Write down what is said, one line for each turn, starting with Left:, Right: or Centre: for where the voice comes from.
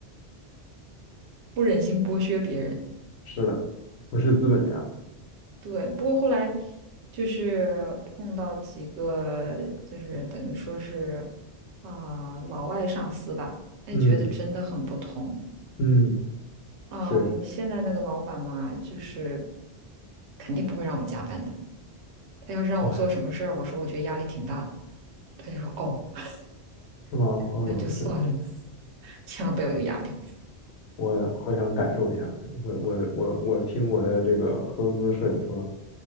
Right: 不忍心剥削别人。
Left: 是的，不是资本家。
Right: 对，不过后来就是碰到几个，就是等于说是啊、老外上司吧，哎，
Left: 嗯
Right: 觉得真的很不同。
Left: 嗯，
Right: 啊，
Left: 确实。
Right: 我现在那个老板嘛，就是肯定不会让我加班的。他要是让我做什么事儿，
Left: 哇
Right: 我说我觉得压力挺大的，他就说哦，<laughs>
Left: 是吗？哦呦，
Right: 那就算了，
Left: 这
Right: <laughs> 千万不要有压力。
Left: 我好想感受一下。我我我我听我的这个合租的舍友说，